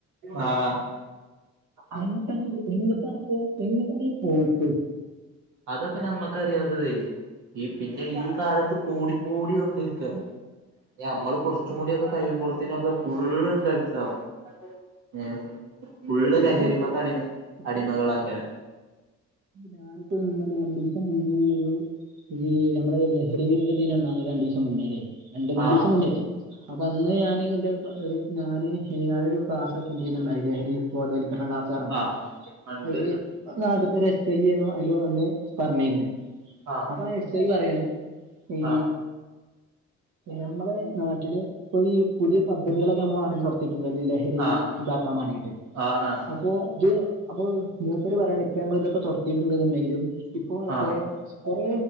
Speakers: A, on the right; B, on the right.
A: ആഹ.. !
B: അങ്ങത്തൊണെ എങ്ങട്ടണ പോ- എങ്ങട്ടാണെ പോക്ക്.
A: അതപ്പ ഞമ്മക്കറിയാത്തതെ ഈ പിന്നെ ഈ കാലത്ത് കൂടി, കൂടി കൊണ്ടിരിക്കണ്. ഇ അമ്മള് കുറച്ചും കൂടി ഒക്കെ കഴിയുമ്പോഴത്തേന ഒക്കെ ഫുള്ള് സ്ഥലത്താവും ഹാ ഫുള്ള് ലഹരിമക്ക
B: പക്ഷെ
A: അടിമ-
B: ഇപ്പോ
A: അടിമകള ആക്കാരം.
B: ഞാനിപ്പോ ഈ രണ്ടു ദിവസം മുന്നേല്ലരുന്നു. ഈ നമ്മള ലഹരി വിരുദ് ദീനം എന്നാണ് രണ്ടു ദിവസം മുന്നേലെ, രണ്ട് നാല്
A: ആഹ്
B: ദിവസം മുന്നേറ്റേ. വന്ന് ഞാന് എൻ്റെ ഒരു ഞാന് ഞാനൊരൂ ക്ലാസ് അറ്റൻഡറ് ചെയ്തിട്ടണ്ടായി, ലഹരി ബോധവൽക്കരണം ക്ലാസ്.
A: ആഹ് എന്നിട്ട്
B: ഒരു <inaudible> നാടുത്തെ ഒരു എസ് ഐ ന്നു അതിൽ വന്ന് പറഞ്ഞിരുന്നെ
A: ആഹ്
B: അപ്പൊ ആ എസ് ഐ പറയാണ് ഈ
A: ആഹ്
B: നമ്മളെ നാട്ടില്- ഇപ്പോ ഈ പുതിയ പദ്ധതികളൊക്കെ നമ്മുടെ നാട്ടിൽ നടത്തിട്ടുണ്ടല്ലോ? ലഹരി
A: ആഹ്
B: ഇതാക്കാൻ വേണ്ടിയിട്ട്.
A: ആഹ്
B: ഇപ്പോ ഇത് അപ്പോ മൂപ്പര് പറയാണ് ഇപ്പോ നമ്മൾ ഇതൊക്കെ തുത്തിയിട്ടുണ്ടുണ്ടെങ്കിലും ഇപ്പോ എത്ര-
A: ആഹ്
B: കൊറേ